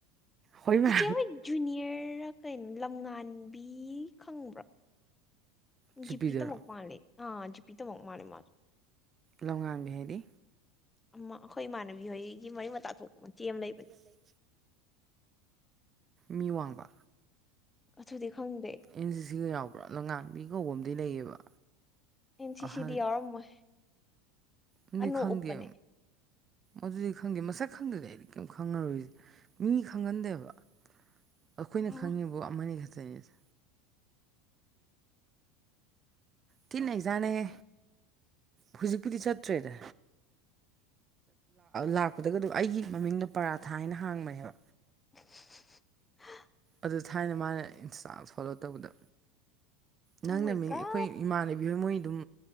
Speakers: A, on the right (about 30°); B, on the left (about 15°).
A: ꯍꯣꯏ ꯃꯥ
B: ꯆꯤꯆꯦ ꯖꯨꯅꯤꯌꯔ ꯀꯩꯅꯣ ꯂꯝꯉꯥꯟꯕꯤ ꯈꯪꯕ꯭ꯔꯥ
A: ꯆꯨꯞꯄꯤꯗꯨꯔꯣ
B: ꯖꯤꯄꯤ ꯇꯃꯛ ꯃꯥꯜꯂꯦ ꯑꯥ ꯖꯤ ꯄꯤ ꯇꯃꯛ‌ ꯃꯥꯜꯂꯦ ꯃꯥꯗꯣ
A: ꯂꯝꯉꯥꯟꯕꯤ ꯍꯥꯏꯗꯤ
B: ꯑꯃ ꯑꯩꯈꯣꯏ ꯏꯃꯥꯟꯅꯕꯤ ꯍꯣꯏꯒꯤ ꯃꯔꯤ ꯃꯇꯥ ꯊꯣꯛꯄ ꯃꯆꯦ ꯑꯃ ꯂꯩꯕꯅꯤ
A: ꯂꯩ ꯃꯤ ꯋꯥꯡꯕ
B: ꯑꯗꯨꯗꯤ ꯈꯪ
A: ꯑꯦꯟ ꯁꯤ ꯁꯤꯒ ꯌꯥꯎꯕ꯭ꯔꯥ ꯂꯝꯉꯥꯟꯕꯤ ꯀꯧꯕ ꯑꯃꯗꯤ ꯂꯩꯌꯦꯕ
B: ꯑꯦꯟ ꯁꯤ
A: ꯑꯍꯟꯗꯤ
B: ꯁꯤꯗꯤ ꯌꯥꯎꯔꯝꯃꯣꯏ
A: ꯑꯗꯨꯗꯤ
B: ꯑꯅꯣ
A: ꯈꯪꯗꯦ
B: ꯎꯞꯄꯅꯦ
A: ꯑꯗꯨꯗꯤ ꯈꯪꯗꯦ ꯃꯁꯛ ꯈꯪꯗꯔꯗꯤ ꯑꯩꯗꯤ ꯀꯩꯝ ꯈꯪꯉꯔꯣꯏ ꯃꯤ ꯈꯪꯒꯟꯗꯦꯕ ꯑꯩꯈꯣꯏꯅ
B: ꯑꯣ
A: ꯈꯪꯉꯤꯕꯨ ꯑꯃꯅꯤ ꯈꯛꯇꯅꯤꯗ ꯊꯤꯅ ꯅꯩꯖꯥꯠꯅꯤꯍꯦ ꯍꯧꯖꯤꯛꯄꯨꯗꯤ ꯆꯠꯇ꯭ꯔꯦꯗ ꯂꯥꯛꯄꯗꯒ ꯑꯗꯨꯝ ꯑꯩꯒꯤ ꯃꯃꯤꯡꯗꯣ ꯄꯔꯥꯊꯥ ꯍꯥꯏꯅ ꯍꯥꯡꯕꯅꯦꯕ
B: ꯍꯥ
A: ꯑꯗꯨ ꯊꯥꯏꯅ ꯃꯥꯅ ꯏꯟꯁꯇꯥ ꯐꯣꯂꯣ ꯇꯧꯕꯗ ꯅꯪ
B: ꯃꯥꯏ
A: ꯅꯃꯤꯡ
B: ꯒꯥꯠ
A: ꯑꯩꯈꯣꯏ ꯏꯃꯥꯟꯅꯕꯤ ꯍꯣꯏ ꯃꯣꯏ ꯑꯗꯨꯝ